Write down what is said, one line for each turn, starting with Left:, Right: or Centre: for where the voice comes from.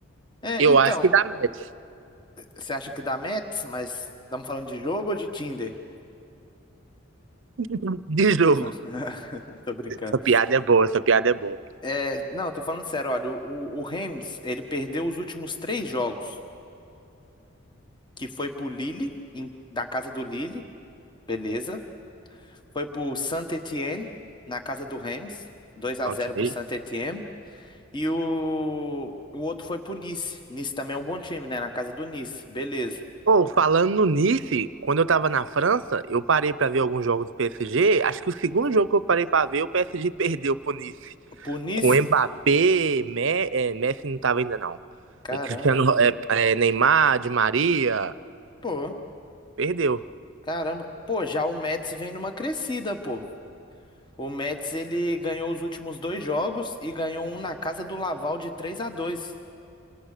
Left: É,
Right: Eu
Left: então,
Right: acho que dá Mets.
Left: você acha que dá Mets, mas estamos falando de jogo ou de Tinder?
Right: <laughs> De jogo.
Left: <laughs> Tô brincando.
Right: Essa piada é boa, essa piada é boa.
Left: É, não, tô falando sério, olha, o, o o Rams, ele perdeu os últimos três jogos, que foi pro Lille, em- na casa do Lille, beleza? Foi pro Saint-Étienne, na casa do Reims, 2 a
Right: Ok.
Left: 0 pro Saint-Étienne. E o, o outro foi pro Nice. Nice também é um bom time, né? Na casa do Nice. Beleza.
Right: Pô, falando no Nice, quando eu tava na França, eu parei pra ver alguns jogos do PSG. Acho que o segundo jogo que eu parei pra ver, o PSG perdeu pro Nice.
Left: Pro Nice?
Right: Com Mbappé, Me- é, Messi não tava ainda não.
Left: Caramba.
Right: E Cristiano, é, é, Neymar, Di Maria,
Left: Pô,
Right: perdeu.
Left: caramba. Pô, já o Metz vem numa crescida, pô. O Metz, ele ganhou os últimos dois jogos e ganhou um na casa do Laval de 3 a 2.